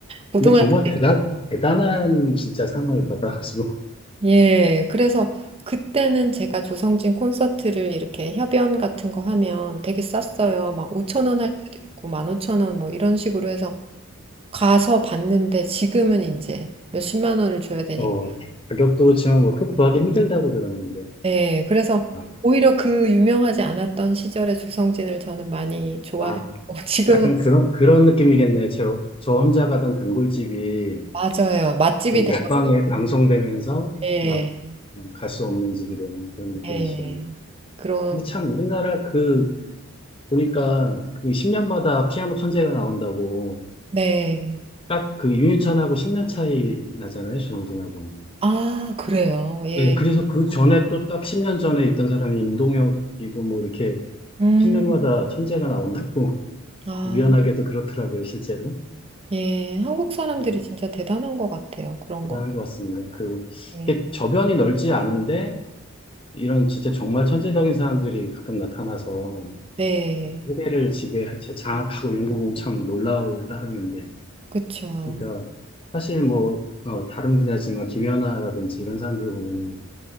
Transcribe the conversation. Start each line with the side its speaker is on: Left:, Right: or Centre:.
Right: 고등학교
Left: 근데 정말
Right: <laughs>
Left: 대단 대단한 진짜 상을 받아가지고
Right: 예. 그래서 그때는 제가 조성진 콘서트를 이렇게 협연 같은 거 하면 되게 쌌어요. 막 5천 원 할 때도 있고 15,000원 뭐 이런 식으로 해서 가서 봤는데 지금은 이제 몇십만 원을 줘야 되니까
Left: 아어 가격도 그렇지만 뭐그 구하기 힘들다고 들었는데
Right: 네, 그래서
Left: 아,
Right: 오히려 그 유명하지 않았던 시절의 조성진을 저는 많이 좋아했고
Left: 아
Right: <laughs> 지금은
Left: 약간 그런, 그런 느낌이겠네요. 저, 저 혼자 가던 단골집이
Right: 맞아요. 맛집이
Left: 그 먹방에
Right: 돼버리고.
Left: <laughs> 방송되면서
Right: 예.
Left: 막 갈 수 없는 집이 되는 그런 느낌이시겠네요.
Right: 예. 그런
Left: 근데 참 우리나라 그, 보니까 그 10년마다 피아노 천재가 나온다고
Right: 네.
Left: 딱 그 윤유찬하고 10년 차이 나잖아요. 조영진하고.
Right: 아, 그래요. 예.
Left: 예, 그래서 그 전에 또 딱 10년 전에 있던 사람이 임동혁이고 뭐 이렇게
Right: 음.
Left: 10년마다 천재가 나온다고 <laughs>
Right: 아,
Left: 우연하게도 그렇더라고요, 실제로.
Right: 예. 한국 사람들이
Left: 네.
Right: 진짜 대단한 것 같아요. 그런
Left: 대단한
Right: 건.
Left: 것 같습니다. 그,
Right: 예.
Left: 이게 저변이 넓지 않은데, 이런 진짜 정말 천재적인 사람들이 가끔 나타나서
Right: 네.
Left: 세대를 지배, 제 장악하고 이런 거 보면 참 놀라울 따름인데.
Right: 그쵸.
Left: 그러니까, 사실 뭐, 어, 다른 분야지만 김연아라든지 이런 사람들 보면은